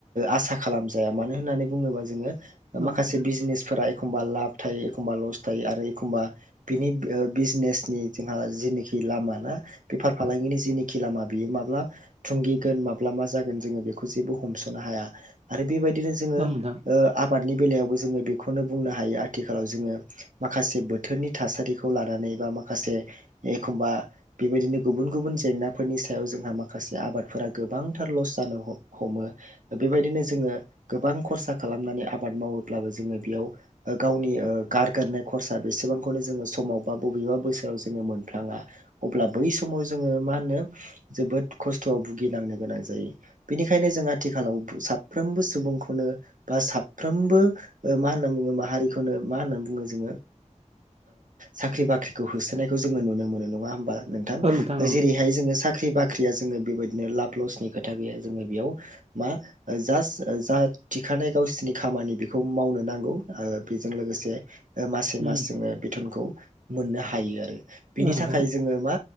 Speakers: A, on the right; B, on the right.
A: आसा खालामजाया मानो होननानै बुंङोबा जोंङो
B: औ
A: माखासे
B: नोंथां
A: बिजनेसफोरा। एखमबा लाब थायो एखमबा लस थायो आरो एखमबा बिनि बिजनेसनि जोंहा जेनाखि लामा ना बेफार फालांगिनि जिनिखि लामा बियो माब्ला थुंगिगोन माब्ला मा जागोन जों बेखौ जेबो हमसनो हाया आरो बेबायदिनो जोंङो
B: औ नोंथां
A: आबादनि बेलायावबो जोंङो बेखौनो बुंनो हा हायो आथिखालाव जोङो माखासे बोथोरनि थासारिखौ लानानै बा माखासे एखम्बा बेबायदिनो गुबुन गुबुन जेंनाफोरनि सायाव जोंहा माखासे आबादफोरा गोबांथार लस जानो ह हमो बेबायदिनो जोंङो गोबां खरसा खालामनानै आबाद मावोब्लाबो जोंङो बेयाव गावनि गारगोननाय खरसा बेसेबांखौनो जोङो समाव बा बबेबा बोसोराव जोंङो मोनफ्लाङा अब्ला बै समाव समाव जोंङो मा होनो जोबोद खस्थ'आव भुगिनांनो गोनां जायो बेनिखायनो जोंहा आथिखालाव साफ्रोमबो सुबुंखौनो बा साफ्रोमबो मा होनना बुङो माहारिखौनो मा होनना बुङो जोङो साख्रि बाख्रिखौ होसोनायखौ जोङो नुनो मोनो नङा होमबा नोंथां
B: औ औ
A: जेरैहाय जोङो साख्रि बाख्रि साख्रिया जोङो बेबायदिनो लाब लसनि खोथा गैया जोङो बेयाव मा जास्ट जा थिखानाय गावसोरनि खामानि बेखौ मावनो नांगौ बेजों लोगोसे मसे
B: उम
A: मास जोङो बिथनखौ मोननो हायो आरो बेनि
B: औ नोंथां
A: थाखाय जोङो मा